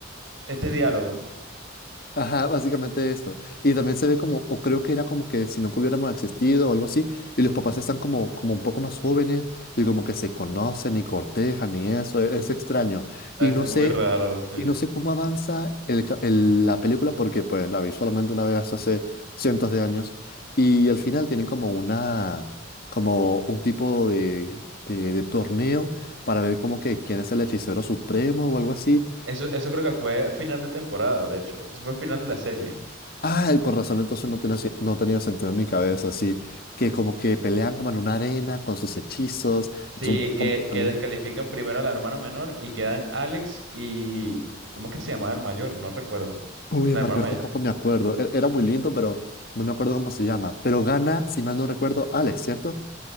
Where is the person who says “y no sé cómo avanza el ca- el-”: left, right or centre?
Left